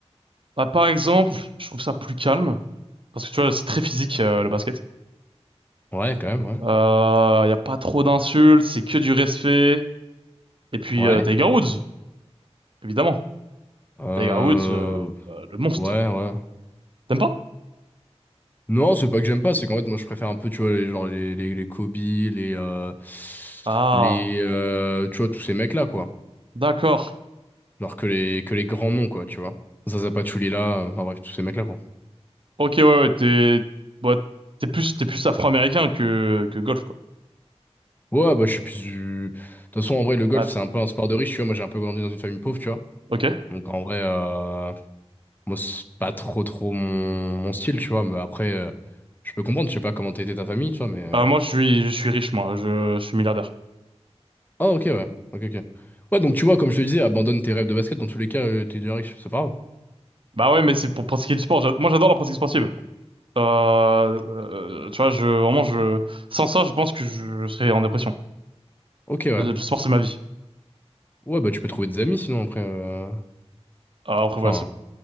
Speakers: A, on the right; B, on the left.
A: bah, par exemple, je trouve ça plus calme. Parce que tu vois, c'est très physique, euh, le basket.
B: Ouais, quand même, ouais.
A: Euh, y a pas trop d'insultes, c'est que du respect. Et puis,
B: Ouais.
A: euh, Tiger Woods, évidemment.
B: Euh...
A: Tiger Woods, euh, euh, le monstre.
B: Ouais, ouais.
A: T'aimes pas?
B: Non, c'est pas que j'aime pas, c'est qu'en fait, moi, je préfère un peu, tu vois, les, genre, les, les, les Kobe, les, euh,
A: Ah,
B: les, euh, tu vois, tous ces mecs-là, quoi.
A: d'accord.
B: Alors que les, que les grands noms, quoi, tu vois. Zaza Pachulia, euh, enfin bref, tous ces mecs-là, quoi.
A: Ok, ouais, ouais, t'es, bah, t'es plus, t'es plus afro-américain que, que golf, quoi.
B: Ouais, bah je suis plus du... De toute façon, en vrai, le golf,
A: Ah,
B: c'est un peu un sport de riche, tu vois. Moi, j'ai un peu grandi dans une famille pauvre, tu vois.
A: ok.
B: Donc en vrai, euh, moi, c'est pas trop trop mon, mon style, tu vois. Mais après, euh, je peux comprendre, je sais pas comment t'étais ta famille, tu vois, mais...
A: Ah, moi, je suis, je suis riche, moi. Je, je suis milliardaire.
B: Ah, ok, ouais. Ok, ok. Ouais, donc tu vois, comme je te disais, abandonne tes rêves de basket. Dans tous les cas, euh, t'es déjà riche, c'est pas grave.
A: Bah ouais, mais c'est pour pratiquer du sport. J'a- Moi, j'adore la pratique sportive. Euh, euh, tu vois, je, vraiment, je, sans ça, je pense que je, je serais en dépression.
B: Ok, ouais.
A: Le le sport, c'est ma vie.
B: Ouais, bah tu peux trouver des amis, sinon, après... euh,
A: Ah, après,
B: Enfin...
A: voilà, c'est,